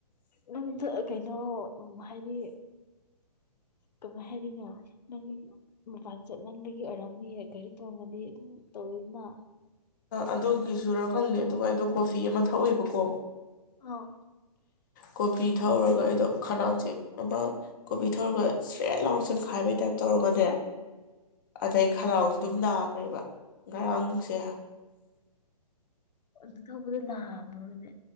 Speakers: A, on the left (about 85°); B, on the left (about 30°).
A: ꯅꯪꯗ ꯀꯩꯅꯣ ꯍꯥꯏꯗꯤ ꯀꯃꯥꯏ ꯍꯥꯏꯔꯤꯅꯣ ꯅꯪ ꯃꯄꯥꯟ ꯆꯠꯅꯝꯕꯒꯤ ꯑꯣꯏꯔꯝꯃꯤ ꯒꯥꯔꯤ ꯇꯣꯡꯉꯗꯤ ꯑꯗꯨꯝ ꯇꯧꯋꯤꯗꯅ
B: ꯑꯗꯨꯒꯤꯁꯨꯔꯥ ꯈꯪꯗꯦ ꯑꯗꯨꯒ ꯑꯩꯗꯣ ꯀꯣꯐꯤ ꯑꯃ ꯊꯛꯑꯣꯏꯕꯀꯣ
A: ꯑꯥ
B: ꯀꯣ ꯄ ꯊꯥ ꯑꯣꯔ ꯑꯗꯣ ꯑꯩꯗꯣ ꯈꯅꯥꯎꯁꯦ ꯑꯃ ꯀꯣꯕꯤ ꯊꯧꯔꯒ ꯁ꯭ꯔꯦꯠ ꯂꯥꯎ ꯁꯟ ꯈꯥꯏꯕꯩ ꯇꯥꯏꯞ ꯇꯧꯔꯒꯅꯦ ꯑꯗꯩ ꯈꯅꯥꯎꯁꯦ ꯑꯗꯨꯝ ꯅꯥ ꯑꯣꯏꯔꯤꯕ ꯉꯔꯥꯡꯁꯦ
A: ꯑꯗꯨ ꯇꯧꯕꯗ ꯅꯥꯝꯃꯣꯅꯦ